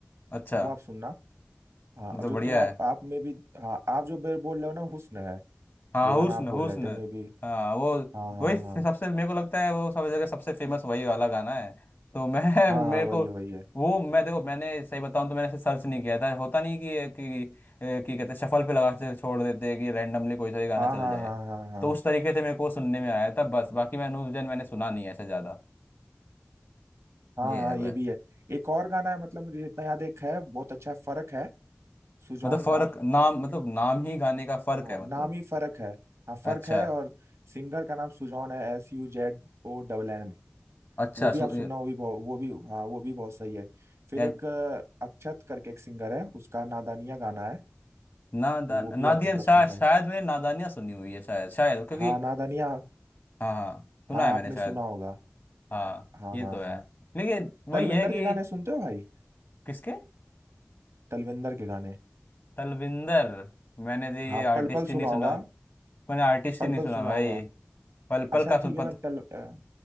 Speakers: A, on the left (about 50°); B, on the right (about 85°).
A: अच्छा
B: वो आप सुनना हाँ और
A: मतलब
B: जो
A: बढ़िया
B: तुम आप आप में भी हाँ आप जो बे- बोल रहे हो ना हुस्न है
A: हाँ
B: जो गाना
A: हुस्न
B: आप
A: हुस्न
B: बोल रहे थे में भी
A: हाँ वो
B: हाँ हाँ
A: वही फ-
B: हाँ
A: सबसे मेरे को लगता है वो सब जगह सबसे फेमस वही वाला गाना है तो मैं
B: हाँ
A: <laughs> मेरे
B: हाँ वही
A: को
B: है वही है
A: वो मैं देखो मैंने सही बताऊं तो मैंने ऐसे सर्च नहीं किया था होता नहीं कि ये- कि ए, कि कहते शफल पे लगा के छोड़ देते हैं कि रैंडमली कोई सा भी गाना
B: हाँ
A: चल
B: हाँ
A: जाए
B: हाँ हाँ हाँ हाँ
A: तो उस तरीके से मेरे को सुनने में आया था बस बाकी मैंने उस दिन मैंने सुना नहीं है ऐसे ज्यादा
B: हाँ
A: ये
B: हाँ,
A: है बस
B: ये भी है एक और गाना है मतलब मुझे जितना याद है, एक है बहुत अच्छा है फर्क है सुजॉन
A: मतलब फर्क
B: का
A: नाम मतलब नाम ही गाने का फर्क
B: हाँ
A: है मतलब
B: नाम ही फर्क है हाँ
A: अच्छा
B: फर्क है और सिंगर का नाम सुजॉन है S U Z O double N
A: अच्छा
B: वो भी
A: सु-
B: आप सुनना वो भी बहुत वो भी हाँ वो भी बहुत सही है फिर
A: यार
B: एक अ, अक्षत करके एक सिंगर है उसका नादानिया गाना है
A: नादान
B: तो वो भी
A: नादियन
B: आप मतलब
A: शायद
B: सुन सकते
A: शायद मैंने नादानियाँ सुनी हुई है शायद शायद क्योंकि
B: हाँ नादानिया
A: हाँ हाँ सुना
B: हाँ
A: है मैंने
B: आपने
A: शायद
B: सुना होगा
A: हाँ
B: हाँ
A: ये
B: हाँ
A: तो है
B: हाँ
A: लेकिन
B: तलविंदर
A: वही है कि
B: के गाने सुनते हो भाई
A: किसके
B: तलविंदर के गाने
A: तलविंदर मैंने तो ये
B: हाँ
A: आर्टिस्ट
B: पल पल
A: ही नहीं
B: सुना
A: सुना
B: होगा
A: मैंने आर्टिस्ट
B: पल
A: ही नहीं
B: पल
A: सुना
B: सुना
A: भाई
B: होगा
A: पल
B: अच्छा
A: पल का सुन
B: ठीक है
A: पत
B: मैं तल अ,